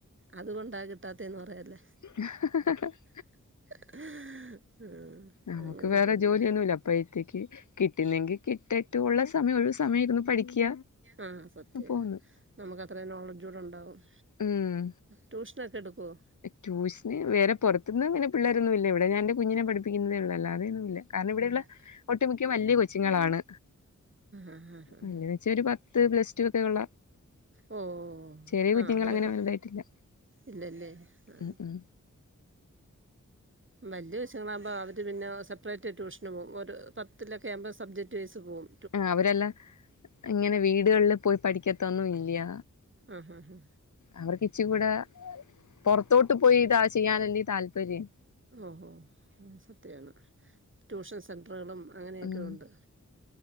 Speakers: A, on the right (about 40°); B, on the left (about 65°).
A: അതുകൊണ്ടാ കിട്ടാത്തെന്ന്പറയാല്ല.
B: <unintelligible>
A: <unintelligible>
B: നമുക്ക്
A: അങ്ങനെയൊക്കെ
B: വേറെ
A: ഉണ്ട്
B: ജോലിയൊന്നുല്ല അപ്പഴത്തേക്ക് കിട്ടുന്നെങ്കി കിട്ടട്ടെ. മറ്റുള്ള സമയം ഒഴിവ്സമയരിന്നു പഠിക്ക
A: ആ ആ സത്യ
B: പോന്നു.
A: നമുക്ക് അത്രയും നോളജൂട ഉണ്ടാവും.
B: ഉം
A: ട്യൂഷനക്കെ എടുക്കുവോ?
B: ട്യൂഷന് വെറെ പുറത്തുന്ന്ങ്ങനെ പിള്ളേരൊന്നും ഇല്ല ഇവിടെ ഞാന്റെ കുഞ്ഞിനെ പഠിപ്പിക്കുന്നതെള്ളൂ അല്ലാതൊന്നുല്ല. കാരണം ഇവിടെയുള്ള
A: ആ
B: ഒട്ടുമിക്ക വലിയ കൊച്ചുങ്ങളാണ്
A: ആ ആ ആ
B: ന്ന് വെച്ച ഒരു പത്ത്. ഇത് പ്ലസ് ടുക്കെ ഒള്ള
A: ഓ
B: ചെറിയ
A: ആ
B: കുഞ്ഞുങ്ങളങ്ങനെ
A: അവരൊക്കെ
B: വലുതായിട്ടില്ല.
A: ഇല്ലല്ലേ. ആ
B: ഉം ഉം.
A: വല്യ കൊച്ചുങ്ങളാവുമ്പോ അവര് പിന്ന സപ്പറേറ്റ് ട്യൂഷന് പോകും ഒരു പത്തില്. ഒക്കെ ആവുമ്പോ സബ്ജക്ട് വൈസ് പോവും.
B: ആഹ് അവരെല്ലാം ഇങ്ങനെ വീടുകളില് പോയി പഠിക്കത്തൊന്നും ഇല്ല്യ.
A: ആഹ് ഹാ ഹാ.
B: അവർക്കിച്ചികൂട പൊറത്തോട്ട് പോയി ഇതാ ചെയ്യാനല്ലേ താല്പര്യം.
A: ഓഹോ അത് സത്യാണ്. ട്യൂഷൻ സെന്റെർകളും അങ്ങനെയൊക്കെയുണ്ട്.
B: ഉം